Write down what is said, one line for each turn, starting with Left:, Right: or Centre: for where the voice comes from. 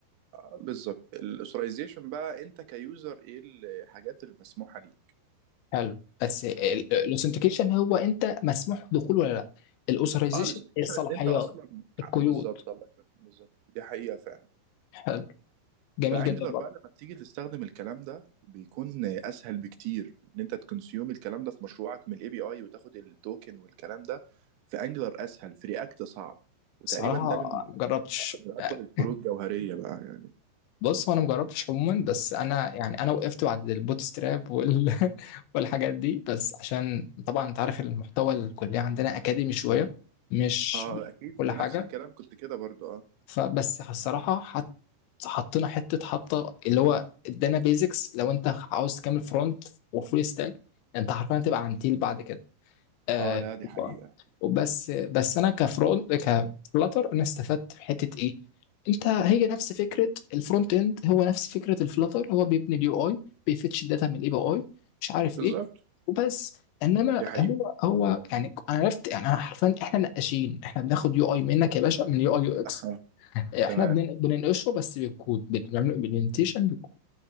Right: آه، بالظبط الاثورايزيشن بقى انت كيوزر ايه الحاجات المسموحه ليك
Left: <laughs> حلو بس الاوثنتيكيشن هو انت مسموح دخول ولا لا الاوثرايزيشن
Right: اه الاثورايزيشن
Left: الصلاحيات
Right: ان انت اصلا
Left: القيود
Right: آه، بالظبط الله يبارك، بالظبط دي حقيقه فعلا
Left: حلو جميل
Right: فانجلر
Left: جدا
Right: بقى لما بتيجي تستخدم الكلام ده بيكون اسهل بكتير ان انت تكونسيوم الكلام ده في مشروعك من الاي بي اي وتاخد التوكن والكلام ده في انجلر اسهل في رياكت صعب وتقريبا
Left: صراحة
Right: ده من
Left: ما جربتش
Right: من اكبر
Left: يعني
Right: الفروق الجوهريه بقى يعني
Left: بص هو انا ما جربتش عموما بس انا يعني انا وقفت بعد البوتستراب وال... <laughs> والحاجات دي بس عشان طبعا انت عارف المحتوى الكلية عندنا اكاديمي شوية مش
Right: اه اكيد
Left: كل
Right: أنا
Left: حاجة
Right: نفس الكلام كنت كده برضو اه
Left: فبس الصراحة حط... حطينا حتة حطة اللي هو ادانا بيزكس لو انت عاوز تكمل فرونت وفول ستاك انت حرفيا هتبقى عنتيل بعد كده آه
Right: اه لا دي حقيقة
Left: وبس بس انا كفرونت كفلاتر انا استفدت في حته ايه انت هي نفس فكره الفرونت اند هو نفس فكره الفلاتر هو بيبني اليو اي بيفتش الداتا من الاي بي اي مش عارف
Right: بالظبط
Left: ايه وبس انما
Right: دي حقيقة
Left: هو هو يعني انا عرفت يعني أنا حرفيا احنا نقاشين احنا بناخد يو اي منك يا باشا من يو اي يو
Right: <laughs>
Left: اكس
Right: آه.
Left: احنا
Right: تمام
Left: بنن- بننقشه بس بالكود بنعمل امبلمنتيشن بالكود